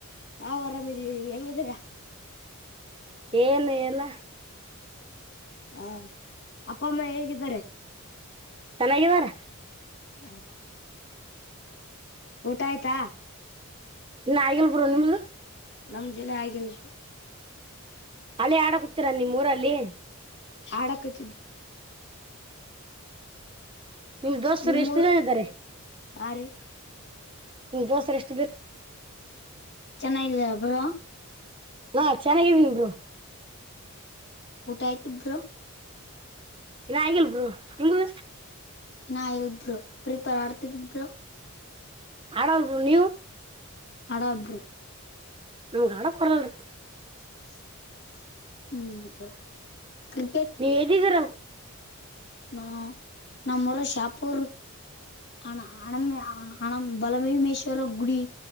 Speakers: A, on the left; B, on the right.
A: ನಾವು ಆರಾಮಿದೀವಿ ಹೆಂಗಿದ್ದೀರಾ
B: ಏನು ಎಲ್ಲ
A: ಹಾ ಅಪ್ಪ ಅಮ್ಮ ಹೇಗಿದ್ದಾರೆ
B: ಚೆನ್ನಾಗಿವಾರ
A: ಆಯ್ತು ಊಟ ಆಯ್ತಾ
B: ಇನ್ನು ಆಗಲ್ ಬ್ರೋ ನಿಮ್ದ
A: ನಮ್ ಜಿಲ್ಲ ಆಗಲ್
B: ಹಲ್ಲಿ ಹಡ ಹತ್ತೀರಾ ನೀಮ ಮೂರಲ್ಲಿ ಲೀ
A: ಹಾಡ ಕಚಿದ್ದ
B: ನಿಮ್ ದೋಸ್ತರು
A: ನಿಮ್ಮೂರ್
B: ಎಷ್ಟು ಜನ ಇದ್ದಾರೆ
A: ಆ ರೀ
B: ನಿ ಜೋಸ್ರಷ್ಟ
A: ಚೆನ್ನಾಗಿಲ್ಲ ಬ್ರೋ
B: ಹಾ ಚೆನ್ನಾಗಿದ ಬ್ರೋ
A: ಊಟ ಆಯ್ತಿ ಬ್ರೋ
B: ಏನ ಆಗಲ್ಬರು ನಿಮ್ದು
A: ಇನ್ನ ಇಲ್ಬರು ಪ್ರೀಪರ್ ಆಡ್ತಿರ್ಬರು
B: ಹಾಳಾದರು ನೀವು
A: ಹಡಬರು
B: ನಿಮಗೆ ಹಾಡಕ್ ಬರಲ್ರಿ
A: ಹ್ಮ್ ಕ್ರಿಕೆಟ್
B: ನೀ ಎದಿದ್ದರ <inaudible>
A: ಹ ನಮ್ಮೂರು ಶಾಪುರ್ ಹಣ ಹಣ ಹಣ ಬಲಭೀಮೇಶ್ವರ ಗುಡಿ